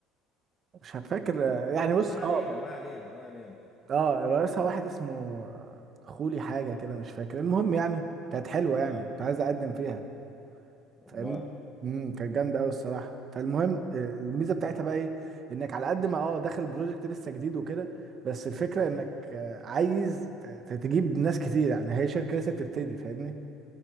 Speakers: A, on the right (about 45°); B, on the left (about 20°).
A: مش فاكر آه، يعني بص
B: ما علينا
A: اه
B: ما علينا ما علينا
A: اه رئيسها واحد اسمه آه، خولي حاجه كده مش فاكر المهم يعني كانت حلوه يعني
B: اه
A: كنت عايز اقدم فيها
B: والله
A: فاهمني امم كانت جامده قوي الصراحه فالمهم آه، الميزه بتاعتها بقى ايه انك على قد ما اه داخل بروجكت لسه جديد وكده بس الفكره
B: امم
A: انك آه، عايز ت- ت- تجيب ناس كتير يعني هي شركه لسه بتبتدي فاهمني